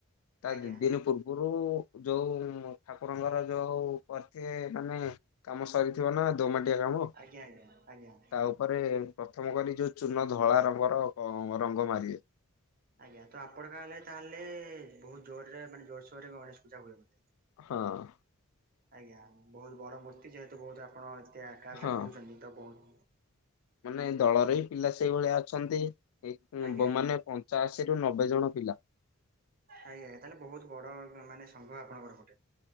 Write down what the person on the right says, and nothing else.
ଆଜ୍ଞା।
ଆଜ୍ଞା ଆଜ୍ଞା ଆଜ୍ଞା।
ଆଜ୍ଞା ତ ଆପଣଙ୍କ ଆଡେ ତାହେଲେ ବହୁତ ଜୋରରେ ମାନେ ଜୋରସୋରରେ ଗଣେଶ ପୂଜା ହୁଏ ବେଧେ।
ଆଜ୍ଞା ବହୁତ ବଡ ମୂର୍ତ୍ତି ଯେହେତୁ ବହୁତ ଆପଣ ଏତେ ଆକାରରେ
କହୁଛନ୍ତି ତ ବହୁତ୍
ଆଜ୍ଞା ଆଜ୍ଞା
ଆଜ୍ଞା ତାହେଲେ ବହୁତ ବଡ ମାନେ ସଂଘ ଆପଣଙ୍କର ଗୋଟେ।